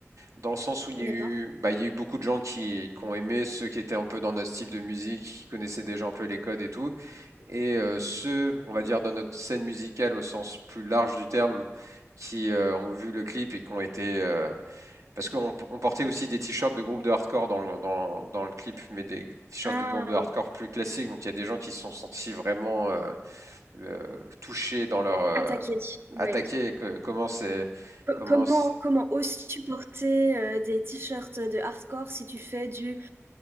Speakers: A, on the right; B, on the right.
A: dans le sens où il
B: D'accord.
A: y a eu, bah, il y a eu beaucoup de gens qui, qui ont aimé ceux qui étaient un peu dans notre style de musique, qui connaissaient déjà un peu les codes et tout, et euh, ceux, on va dire, dans notre scène musicale au sens plus large du terme, qui euh, ont vu le clip et qui ont été, euh, parce qu'on on portait aussi des t-shirts de groupes de hardcore dans le, dans, dans le clip, mais des t-shirts
B: Ah,
A: de groupes de hardcore plus classiques, donc il y a des gens qui se sont sentis vraiment euh, euh, touchés dans leur euh,
B: attaquer, ouais.
A: attaqués, que- comment c'est,
B: Co-
A: comment
B: Comment,
A: c'est-
B: comment oses-tu porter euh, des t-shirts de hardcore si tu fais du